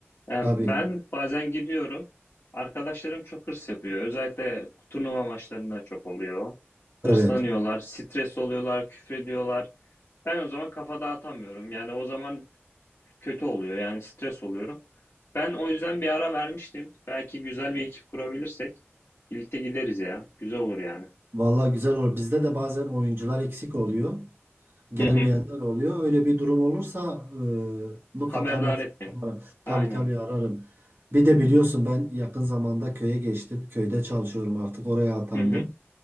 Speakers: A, on the left; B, on the right.
A: Yani
B: Tabii.
A: ben bazen gidiyorum. Arkadaşlarım çok hırs yapıyor. Özellikle turnuva maçlarında çok oluyor. Hırslanıyorlar,
B: Evet.
A: stres oluyorlar, küfrediyorlar. Ben o zaman kafa dağıtamıyorum. Yani o zaman kötü oluyor. Yani stres oluyorum. Ben o yüzden bir ara vermiştim. Belki güzel bir ekip kurabilirsek birlikte gideriz ya. Güzel olur yani.
B: Vallahi güzel olur. Bizde de bazen oyuncular eksik oluyor. gelmeyenler
A: Hı hı.
B: oluyor. Öyle bir durum olursa e, mutlaka
A: Haberdar
B: ben seni
A: et beni.
B: ararım. Tabii
A: Aynen.
B: tabii ararım. Bir de biliyorsun ben yakın zamanda köye geçtim. Köyde çalışıyorum artık. Oraya atandım.
A: Hı hı.